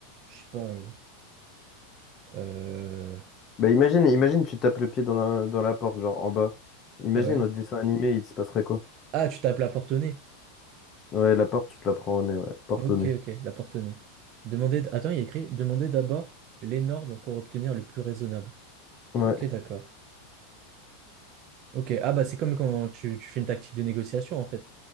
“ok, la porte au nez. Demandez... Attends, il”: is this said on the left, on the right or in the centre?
Right